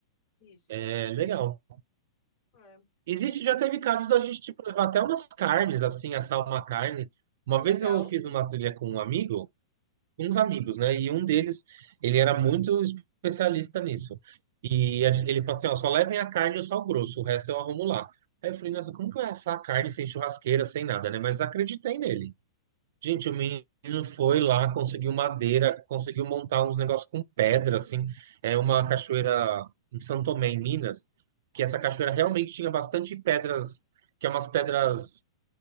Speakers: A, on the left; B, on the right.
A: isso?
B: É legal.
A: É,
B: Existe, já teve casos da gente tipo, levar até umas carnes, assim, assar uma carne. Uma
A: que legal.
B: vez eu fiz uma trilha com um amigo. uns amigos, né? E um deles, ele era muito especialista nisso. E a- ele falou assim, ó, só levem a carne ou só o grosso, o resto eu arrumo lá. Aí eu falei, nossa, como que vai assar a carne sem churrasqueira, sem nada, né? Mas acreditei nele. Gente, o menino foi lá, conseguiu madeira, conseguiu montar uns negócios com pedra, assim. É uma cachoeira em São Tomé, em Minas, que essa cachoeira realmente tinha bastante pedras, que é umas pedras